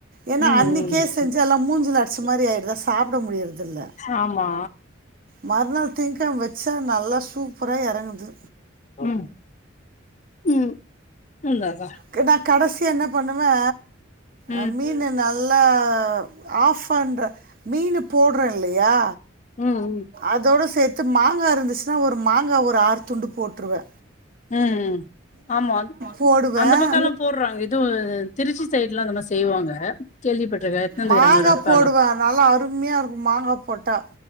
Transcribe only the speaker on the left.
ம்
ம்
ஆமா
ம் ம் ம் அதா
ம்
ம் ம்
ம் ம் ஆமா
அந்த பக்கல்லா போட்றாங்க இது திருச்சி சைட் லா அந்த மார் செய்வாங்க கேள்விப்பட்ருக்கே எட்த்துனு வந்துக்கிறாங்க
ஒரு அக்காலா